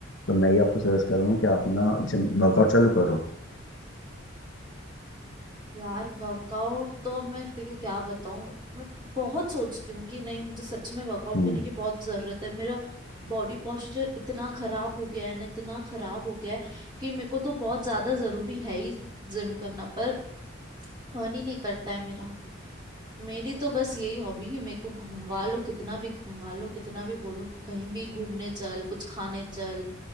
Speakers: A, on the left; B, on the right.
A: तो मैं ये आपको सजेस्ट करूंगा कि आप ना जिम वर्कआउट चालू करो
B: यार वर्कआउट तो अब मैं तेरे को क्या बताऊं मैं बहुत सोचती हूँ कि नहीं मुझे सच में वर्कआउट
A: हम्म
B: करने की बहुत जरूरत है मेरा बॉडी पोस्चर इतना खराब हो गया है ना इतना खराब हो गया है कि मेरे को तो बहुत ज्यादा जरूरी है ही जिम करना पर मन ही नहीं करता है मेरा मेरी तो बस यही हॉबी है मेरे को घूमवा लो कितना भी घूमवा लो कितना भी बोलो कि कहीं भी घूमने चल कुछ खाने चल